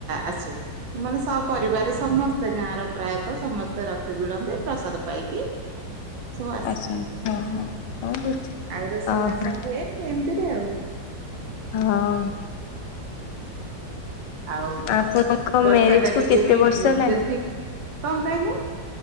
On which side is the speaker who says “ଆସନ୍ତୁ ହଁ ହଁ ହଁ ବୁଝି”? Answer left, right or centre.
Left